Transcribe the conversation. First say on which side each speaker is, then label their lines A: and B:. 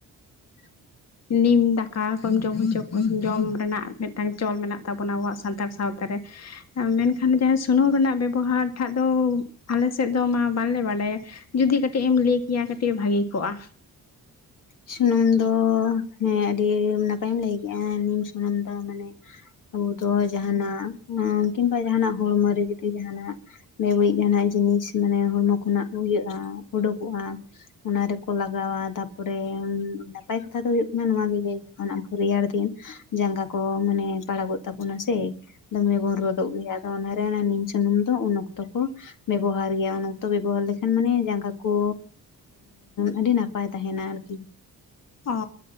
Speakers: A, on the left; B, on the left.
A: <unintelligible>
B: ᱱᱤᱢ ᱫᱟᱠᱟ ᱠᱚᱢ ᱡᱚᱢ ᱦᱚᱪᱚ ᱡᱚᱢ ᱨᱮᱱᱟᱜ ᱢᱤᱫᱴᱟᱝ ᱪᱚᱞ ᱢᱮᱱᱟᱜ ᱛᱟᱵᱚᱱᱟ ᱟᱵᱚᱣᱟᱜ ᱥᱟᱱᱛᱟᱲ ᱥᱟᱶᱛᱟ ᱨᱮ ᱢᱮᱱᱠᱷᱟᱱ ᱡᱟᱦᱟᱸ ᱥᱩᱱᱩᱢ ᱨᱮᱱᱟᱜ ᱵᱮᱵᱚᱦᱟᱨ ᱴᱷᱟᱜ ᱫᱚ ᱟᱞᱮ ᱥᱮᱫ ᱫᱚ ᱢᱟ ᱵᱟᱞᱮ ᱵᱟᱰᱟᱭᱟ ᱡᱩᱫᱤ ᱠᱟᱹᱴᱤᱡ ᱮᱢ ᱞᱟᱹᱭ ᱠᱮᱭᱟ ᱠᱟᱹᱴᱤᱡ ᱵᱷᱟᱹᱜᱤ ᱠᱚᱜᱼᱟ
A: ᱥᱩᱱᱩᱢ ᱫᱚ ᱦᱮᱸ ᱟᱹᱰᱤ ᱱᱟᱯᱟᱭᱮᱢ ᱞᱟᱹᱭ ᱠᱮᱫᱼᱟ ᱱᱤᱢ ᱚᱱᱚᱱᱫᱚ <unintelligible> ᱢᱟᱱᱮ ᱟᱵᱚ ᱫᱚ ᱡᱟᱦᱟᱱᱟᱜ ᱚᱸᱻ ᱠᱤᱢᱵᱟ ᱡᱟᱦᱟᱱᱟᱜ ᱦᱩᱲᱩᱢᱟᱨᱤᱡ ᱡᱩᱫᱤ ᱡᱟᱦᱟᱱᱟᱜ ᱵᱮ ᱵᱟᱹᱲᱤᱡ ᱡᱟᱦᱟᱱᱟᱜ ᱡᱤᱱᱤᱥ ᱢᱟᱱᱮ ᱦᱚᱲᱢᱚ ᱠᱷᱚᱱᱟᱜ ᱦᱩᱭᱟᱹᱜᱼᱟ ᱳᱰᱳᱠᱚᱜᱼᱟ ᱚᱱᱟ ᱨᱮᱠᱚ ᱞᱟᱜᱟᱣᱟ ᱛᱟᱯᱚᱨᱮ ᱱᱟᱯᱟᱭ ᱠᱟᱛᱷᱟ ᱫᱚ ᱦᱩᱭᱩᱜ ᱠᱟᱱᱟ ᱱᱚᱣᱟ ᱜᱮ ᱞᱟᱹᱭ ᱡᱮᱠᱷᱚᱱ ᱩᱱᱠᱩ ᱨᱮᱭᱟᱲ ᱫᱤᱱ ᱡᱟᱸᱜᱟ ᱠᱚ ᱢᱟᱱᱮ ᱯᱟᱲᱟᱜᱚᱜ ᱛᱟᱵᱚᱱᱟ ᱥᱮ ᱫᱚᱢᱮ ᱵᱚᱱ ᱨᱚᱫᱚᱜ ᱜᱮᱭᱟ ᱟᱫᱚ ᱚᱱᱟᱨᱮ ᱱᱤᱢ ᱥᱩᱱᱩᱢ ᱫᱚ ᱩᱱ ᱚᱠᱛᱚ ᱠᱚ ᱵᱮᱵᱚᱦᱟᱨ ᱜᱮᱭᱟ ᱩᱱ ᱚᱠᱛᱚ ᱵᱮᱵᱚᱦᱟᱨ ᱞᱮᱠᱷᱟᱱ ᱢᱟᱱᱮ ᱡᱟᱸᱜᱟ ᱠᱚ ᱟᱹᱰᱤ ᱱᱟᱯᱟᱭ ᱛᱟᱦᱮᱸᱱᱟ ᱟᱨᱠᱤ
B: ᱚ